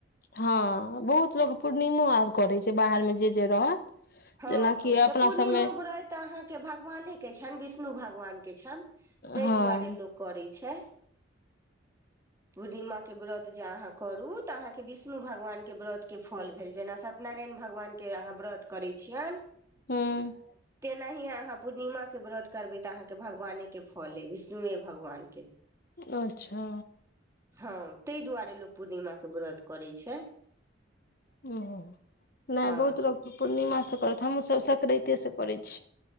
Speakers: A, on the left (about 50°); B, on the right (about 15°).
A: हँ बहुत लोग पूर्णिमो आब करै छै बाहर मे जे जे रहत
B: हँ
A: जेनाकि
B: हँ तऽ
A: अपना
B: पूर्णिमा
A: सबमे
B: बुराइत अहाँ के भगवाने के छ विष्णु भगवान के छनि ताहि
A: हँ
B: दुआरे लोग करे छै बुढडी माँ विराघ जाके करू तऽ अहाँकेविष्णु भगवानके व्रतके फल भेल जेना सत्यनारायण भगवानके अहाँ करै छिये
A: हँ
B: नहि अहाँ पूर्णिमा के व्रत करबै तऽ अहाँके भगवाने के फले विष्णुए भगवान के
A: अच्छा
B: हँ ताहि दुआरे लोक पूर्णिमाके व्रत करैत छै
A: नहि
B: हँ
A: बहुत लोक पूर्णिमाासँ करत हमहुूँसभ सकराा्तेसँ करैत छी